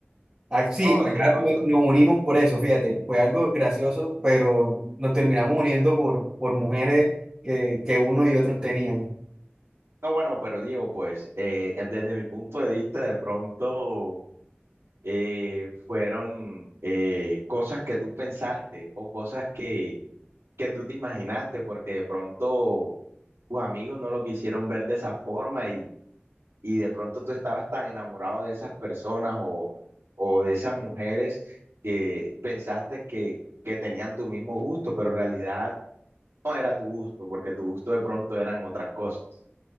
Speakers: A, on the right; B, on the right.
A: Ah, sí,
B: No,
A: acá
B: de pronto,
A: me- nos unimos por eso, fíjate. Fue algo gracioso, pero nos terminamos uniendo por, por mujeres que, que uno y otros tenían.
B: no, bueno, pero Diego, pues eh, desde mi punto de vista, de pronto eh, fueron eh, cosas que tú pensaste o cosas que, que tú te imaginaste, porque de pronto tus amigos no lo quisieron ver de esa forma y de pronto tú estabas tan enamorado de esas personas o, o de esas mujeres que pensaste que, que tenían tu mismo gusto, pero en realidad no era tu gusto, porque tu gusto de pronto eran otras cosas.